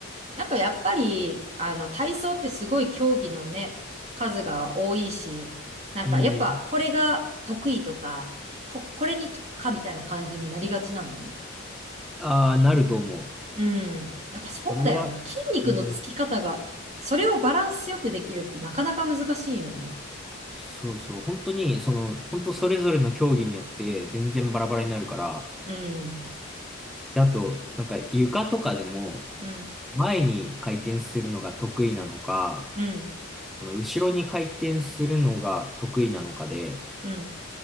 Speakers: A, on the right; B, in the centre.
A: なんかやっぱり、あの、体操ってすごい競技のね、数が多いし、なんかやっぱこれが得意とか、
B: うん、
A: こ、これに特化みたいな感じになりがちなの
B: ああ、なると思う。
A: うん。やっぱそうだよね。
B: 俺は、
A: 筋肉のつき方が、
B: うん
A: それをバランスよくできるってなかなか難しいよね。
B: そうそう、本当に、その、本当それぞれの競技によって全然バラバラになるから、
A: うん。
B: で、あと、なんか床とかでも、
A: うん。
B: 前に回転するのが得意なのか、
A: うん。
B: あの、後ろに回転するのが得意なのかで、
A: うん。